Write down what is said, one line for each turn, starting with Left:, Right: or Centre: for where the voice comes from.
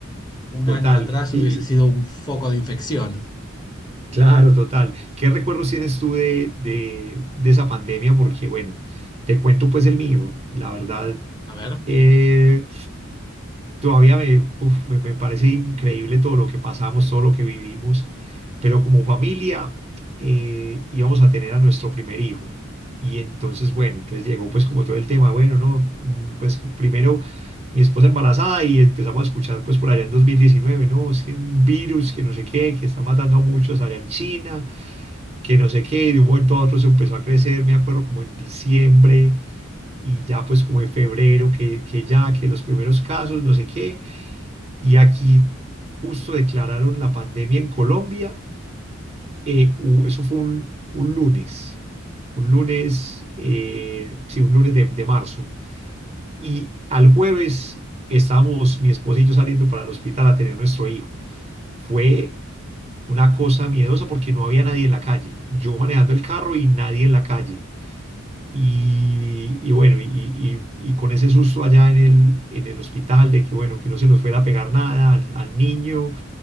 Left: un
Right: total.
Left: año atrás
Right: Y,
Left: hubiese
Right: y-
Left: sido un foco de infección.
Right: claro, total. ¿Qué recuerdos tienes tú de, de, de esa pandemia? Porque bueno, te cuento pues el mío. La verdad.
Left: A ver.
Right: Eh, todavía me, uf, me, me parece increíble todo lo que pasamos, todo lo que vivimos, pero como familia eh, íbamos a tener a nuestro primer hijo. Y entonces, bueno, entonces llegó pues como todo el tema, bueno, no, mm, pues primero mi esposa embarazada y empezamos a escuchar pues por allá en 2019, no, es que un virus, que no sé qué, que está matando a muchos allá en China, que no sé qué, y de un momento a otro se empezó a crecer, me acuerdo como en diciembre y ya pues como en febrero que, que ya, que los primeros casos, no sé qué, y aquí justo declararon la pandemia en Colombia, eh, u- eso fue un, un lunes, un lunes, eh, sí, un lunes de, de marzo, y al jueves estábamos mi esposa y yo saliendo para el hospital a tener nuestro hijo. Fue una cosa miedosa porque no había nadie en la calle, yo manejando el carro y nadie en la calle. Y, y bueno, y, y- y con ese susto allá en el, en el hospital de que, bueno, que no se nos fuera a pegar nada al, al niño